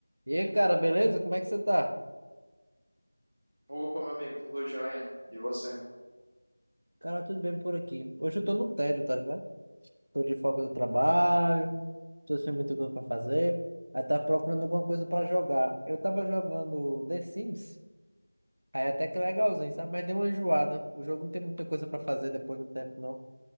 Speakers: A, on the right (about 60°); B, on the right (about 35°).
A: E aí, cara, beleza? Como é que você tá?
B: Opa, meu amigo, tudo jóia? E você?
A: Cara, tudo bem por aqui. Hoje eu tô no tédio, tá ligado? Tô de folga do trabalho, tô sem muita coisa pra fazer. Aí tava procurando alguma coisa pra jogar. Eu tava jogando The Sims, aí é até que legalzinho, sabe? Mas deu uma enjoada. O jogo não tem muita coisa pra fazer depois de um tempo, não.